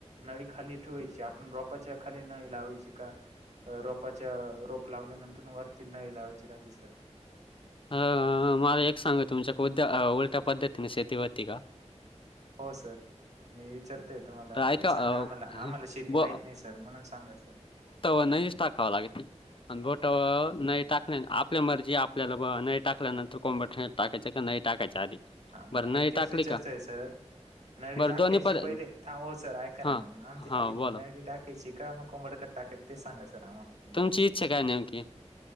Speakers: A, on the right (about 70°); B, on the left (about 45°).
A: नळी खाली ठेवायची आपण रोपाच्या खाली नळी लावायची का रोपाच्या रोप लावल्यानंतर वरती नळी लावायची राहती सर
B: अं मला एक सांगा तुमच्या उद्या उलट्या पद्धतीने शेती होती का
A: हो सर मी विचारतोय तुम्हाला
B: तर ऐका
A: तुम्ही
B: अ
A: सांगा आम्हाला आम्हाला शेती
B: ब
A: माहित नाही सर म्हणून सांगा सर
B: नहींच टाकावा लागती अन बोटावर नाही टाकल्या आपल्या मर्जी आपल्या व नाही टाकल्यानंतर कोंबड खत टाकायचं का नाही टाकायचं आधी
A: हा मग
B: बरं नई
A: मी तेच
B: टाकली
A: विचारतोय
B: का
A: सर नळी
B: बरं
A: टाकायची
B: दोन्ही पर
A: पहिले थांबा ओ सर ऐका
B: हां
A: ना मग आमची
B: हां
A: आधी
B: बोला
A: नळळी टाकायची का मग कोंबडक टाकत ते सांगां सर आम्हाल
B: तुमची इच्छा काय नेमकी?